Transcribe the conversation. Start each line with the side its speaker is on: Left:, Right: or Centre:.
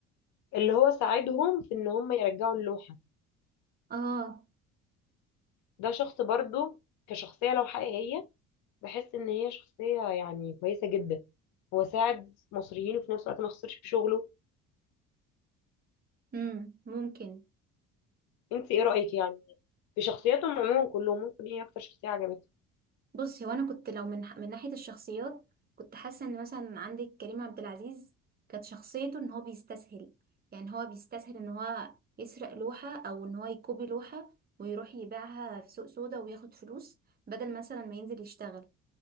Left: اللي هو ساعدهم في ان هم يرجعوا اللوحه
Right: اه
Left: ده شخص برضو كشخصية لو حقيقية بحس ان هي شخصية يعني كويسة جدا هو ساعد مصريين وفي نفس الوقت ما خسرش في شغله
Right: امم ممكن
Left: انت ايه رأيك يعني في شخصياتهم عموما كلهم ممكن ايه اكتر شخصية عجبتك
Right: بصي هو انا كنت لو من من ناحيه الشخصيات كنت حاسه ان مثلا عندك كريم عبد العزيز كانت شخصيته ان هو بيستسهل يعني هو بيستسهل ان هو يسرق لوحه او ان هو يكوبي لوحه ويروح يبيعها في سوق سودا وياخد فلوس بدل مثلا ما ينزل يشتغل